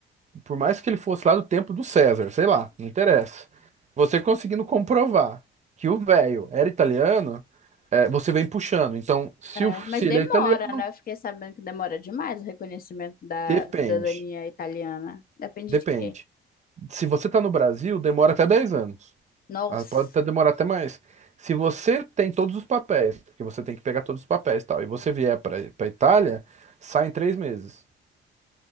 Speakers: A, on the right; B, on the left.
A: por mais que ele fosse lá do tempo do César, sei lá, não interessa. Você conseguindo comprovar que o velho era italiano, eh, você vem puxando. Então, se,
B: É,
A: o,
B: mas
A: se
B: demora,
A: ele é italiano,
B: né? Eu fiquei sabendo que demora demais o reconhecimento da
A: depende.
B: cidadania italiana. Depende
A: Depende.
B: de quê?
A: Se você está no Brasil, demora até 10 anos.
B: Nossa!
A: Ah, Pode até demorar até mais. Se você tem todos os papéis, porque você tem que pegar todos os papéis e tal, e você vier para para Itália, sai em três meses,